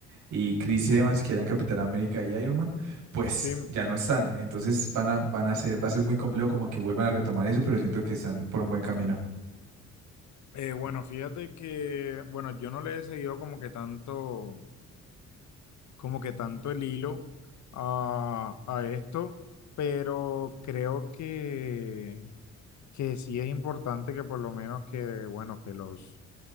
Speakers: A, on the right; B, on the left.
A: y Chris Evans, que eran Capitán América y Iron Man, pues
B: Sí,
A: ya no están. Entonces van a, van a ser, va a ser muy complejo como que vuelvan a retomar eso, pero siento que están por un buen camino.
B: eh, bueno, fíjate que, bueno, yo no le he seguido como que tanto, como que tanto el hilo a, a esto, pero creo que, que sí es importante que por lo menos que, bueno, que los